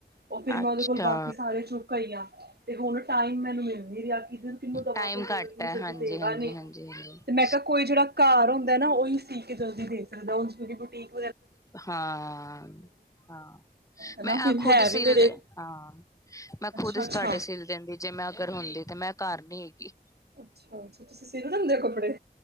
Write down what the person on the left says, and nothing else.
ਅੱਛਾ।
ਟਾਈਮ
ਘੱਟ
ਹੈ
ਹਾਂਜੀ,
ਹਾਂਜੀ,
ਹਾਂਜੀ, ਹਾਂਜੀ
ਹਾਂ-ਹਾਂ
ਮੈਂ
ਖੁਦ
ਸਿਲ
ਦੀ ਹਾਂ। ਮੈਂ
ਖੁਦ
ਤੁਹਾਡੇ ਸਿਲ ਦਿੰਦੀ ਜੇ ਮੈਂ ਅਗਰ ਹੁੰਦੀ ਤੇ ਮੈਂ ਘਰ ਨਈ ਹੈਗੀ।